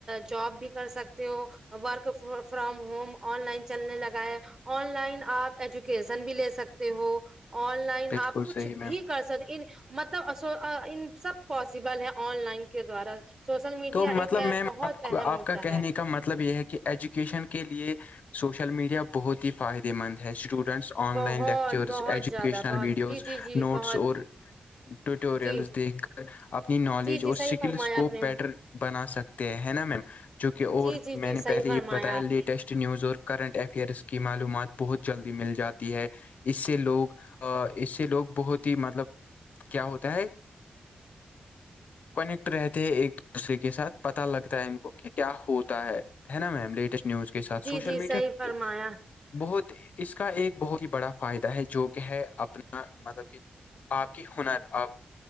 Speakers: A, on the right; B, on the left.
A: جاب بھی کر سکتے ہو work from home online چلنے لگا ہے آن لائن آپ ایجوکیشن بھی لے سکتے ہو آن لائن
B: بالکل
A: آپ کچھ
B: صحیح میم
A: بھی کر سک ان مطلبو ان سب پاسبل ہے آن لائن کے دوارا سوشل میڈیا
B: تو مطلب
A: ایک
B: میم
A: ایپ بہت
B: آپ کو
A: اہم
B: آپ
A: ہوتا
B: کا کہنے
A: ہے
B: کا مطلب یہ ہے کہ ایجوکیشن کے لیے سوشل میڈیا بہت ہی فائدے مند ہے اسٹوڈنٹس آن
A: بہت
B: لائن لیکچرز
A: بہت
B: ایجوکیشنل
A: زیادہ بہت
B: ویڈیوز
A: جی جی جی
B: نوٹس
A: بہت
B: اور ٹیوٹوریلز
A: جی
B: دیکھ کر اپنی نالج
A: جی جی
B: اور
A: صحیح
B: سکلس
A: فرمایا
B: کو
A: آپ نے
B: بیٹر بنا سکتے ہیں ہے نا میم جو کہ اور
A: جی جی جی
B: میں نے
A: صحیح
B: پہلے
A: فرمایا
B: یہ بتایا
A: آپ
B: لیٹسٹ
A: نے
B: اسٹ نیوز اور کرنٹ افیئرس کی معلومات بہت جلدی مل جاتی ہے اس سے لوگ اس سے لوگ بہت ہی مطلب کیا ہوتا ہے کونیکٹ رہتے ہیں ایک دوسرے کے ساتھ پتا لگتا ہے ان کو کہ کیا ہوتا ہے نا میم لیٹسٹ نیوز کے ساتھ
A: جی
B: سوشل
A: جی
B: میڈیا
A: صحیح فرمایا
B: بہت اس کا ایک بہت ہی بڑا فائدہ ہے جو کہ ہے اپنا مطلب کہ آپ کی ہنر آپ